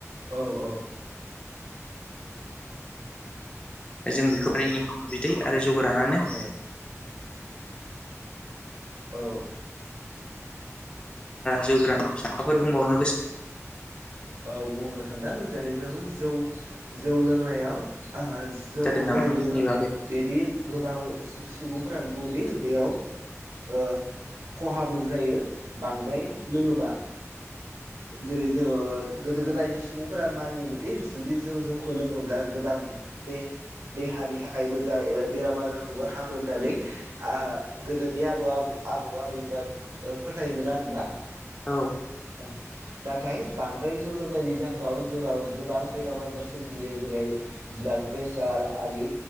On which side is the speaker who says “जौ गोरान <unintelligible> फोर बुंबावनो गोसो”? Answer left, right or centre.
Left